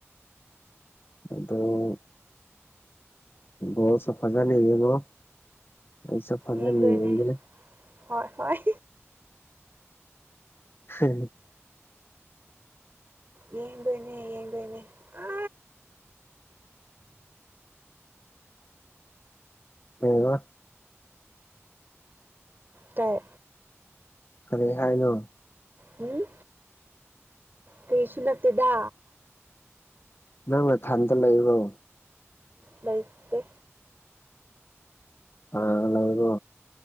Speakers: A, on the left; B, on the right.
A: ꯑꯗꯣ ꯒꯣꯜ ꯐꯖꯅ ꯌꯦꯡꯉꯣ ꯑꯩ ꯐꯖꯅ
B: ꯌꯦꯡꯗꯣꯏꯅꯦ
A: ꯌꯦꯡꯒꯦ
B: ꯍꯣꯏ ꯍꯣꯏ
A: ꯍ
B: ꯌꯦꯡꯗꯣꯏꯅꯦ ꯌꯦꯡꯗꯣꯏꯅꯦ ꯑ
A: ꯑ
B: ꯀꯩ
A: ꯀꯔꯤ ꯍꯥꯏꯅꯣ
B: ꯎꯝ ꯀꯔꯤꯁꯨ ꯅꯠꯇꯦꯗ
A: ꯅꯪꯅ ꯊꯥꯟꯗ ꯂꯩꯕꯣꯔ
B: ꯂꯩꯇꯦ
A: ꯑꯕꯣ